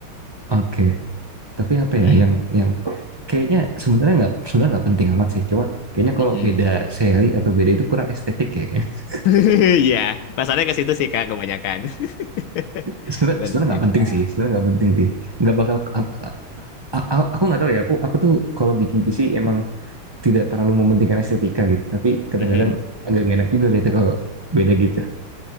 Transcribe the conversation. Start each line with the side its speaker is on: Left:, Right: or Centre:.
Right: Oke. Tapi apa
Left: Gitu.
Right: ya yang yang
Left: Kak.
Right: kayaknya sebenarnya nggak sebenarnya nggak penting amat sih. Coba kayaknya
Left: Mm-mm.
Right: kalau beda seri atau beda itu kurang estetik ya. <laughs>
Left: <laughs> Iya, pasarnya ke situ sih Kak kebanyakan. <laughs>
Right: Sebenarnya
Left: Benar
Right: sebenarnya nggak penting
Left: Kak.
Right: sih. Sebenarnya nggak penting sih. Nggak bakal
Left: Mm-mm.
Right: a- a- a- aku nggak tahu ya. Aku aku tuh kalau bikin PC emang tidak terlalu mementingkan estetika gitu. Tapi kadang-kadang
Left: Mm-mm.
Right: agak enak juga lihatnya kalau beda gitu.